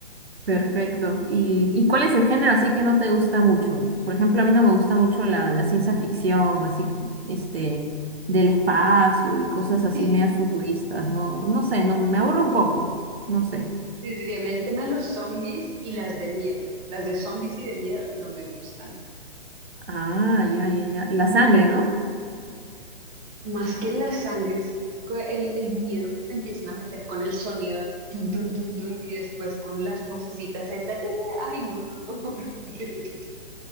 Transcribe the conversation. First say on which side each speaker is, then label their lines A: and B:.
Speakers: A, on the right (about 75°); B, on the right (about 15°).
A: Perfecto. ¿Y, y cuál es el género así que no te gusta mucho? Por ejemplo, a mí no me gusta mucho la, la ciencia ficción, así, este, del espacio y cosas así medias
B: <laughs>
A: futuristas, ¿no? No sé, no, me aburre un poco, no sé.
B: Sí, sí, sí, a mí el tema de los zombies y las de miedo. Las de zombies y de miedo no me gustan.
A: Ah, ya, ya, ya. La sangre, ¿no?
B: Más que la sangre, es co- el, el miedo que te empiezan a meter con el sonido, tun, tun, tun, tun, y después con las vocecitas estas, de, ay, no, no, no. <laughs> horrible.